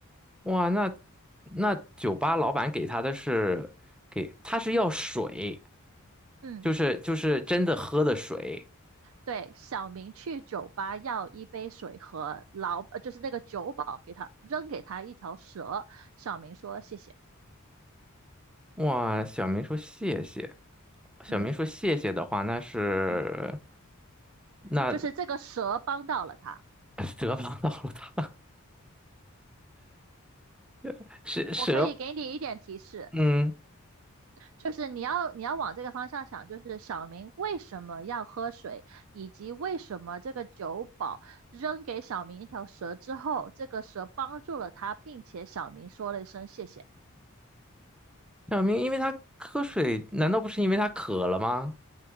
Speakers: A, in the centre; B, on the right.
A: 哇，那那酒吧老板给他的是给他是要水，
B: 嗯。
A: 就是就是真的喝的水。
B: 对，小明去酒吧要一杯水和老，呃，就是那个酒保给他扔给他一条蛇，小明说谢谢，
A: 哇，小明说谢谢。小明说谢谢的话，
B: 嗯
A: 那是
B: 嗯，
A: 那
B: 就是这个蛇帮到了他。
A: <laughs> 蛇帮到了他。<laughs> 蛇蛇，
B: 我可以给你一点提示，
A: 嗯，
B: 就是你要你要往这个方向想，就是小明为什么要喝水，以及为什么这个酒保扔给小明一条蛇之后，这个蛇帮助了他，并且小明说了一声谢谢，
A: 小明因为他喝水，难道不是因为他渴了吗？